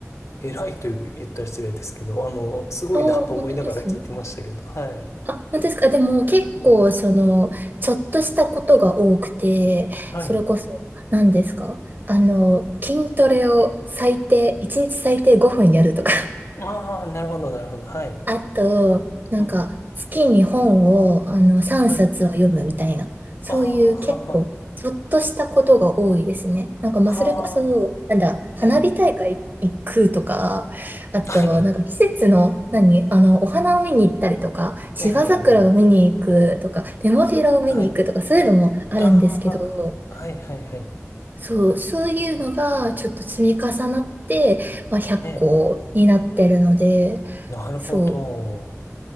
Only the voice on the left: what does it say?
偉いという言ったら失礼ですけど、あの、すごいなと思いながら聞いてましたけど、
はい。
うん。
はい。
ああ、なるほど、なるほど。はい。
うん。
はい。
ああ、は
あ、はあ、
ええ。
はい。
ええ、え
えはい。
ああ、はい、はい、はい。
ええ。なるほど。